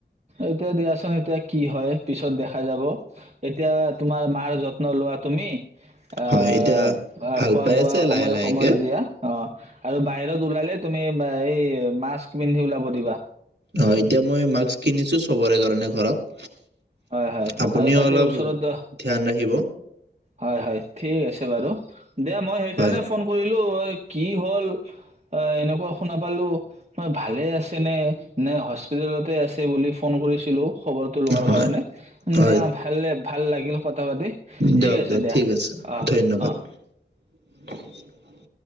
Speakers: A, on the right (about 35°); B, on the right (about 60°).
A: এতিয়া দিয়াচোন এতিয়া কি হয়, পিছত দেখা যাব। এতিয়া তোমাৰ মাৰ যত্ন লোৱা তুমি অ'
B: হয় এতিয়া ভাল
A: খোৱা
B: পাই
A: বোৱা
B: আছে
A: সময়ে
B: লাহে লাহেকে
A: সময়ে দিয়া, অ আৰু বাহিৰত ওলালে তুমি বা, এই মাস্ক পিন্ধি ওলাব। কৰিবা
B: অ, এতিয়া মই মাস্ক কিনিছো চবৰে কাৰণে ঘৰত।
A: হয়-হয়
B: আপুনিও
A: আৰু তাতে
B: অলপ
A: ওচৰত
B: ধ্যান ৰাখিব
A: হয়-হয় ঠিক আছে। <unintelligible> বাৰু দে মই সেইকাৰণে
B: হয়
A: ফোন কৰিলো কি হ'ল অ, এনেকুৱা শুনাপালো মই ভালে আছে নে-নে হস্পিতেলত তে আছে বুলি ফোন কৰিছিলোঁ খবৰটো লোৱাৰ
B: হয়
A: কাৰণে
B: হয়
A: দিয়া ভাললেব ভাল লাগিল কথা পাতি
B: দিয়ক
A: ঠিক আছে
B: দিয়ক
A: দিয়া অ,
B: আছে ধন্যবাদ
A: অঁ।
B: <inaudible>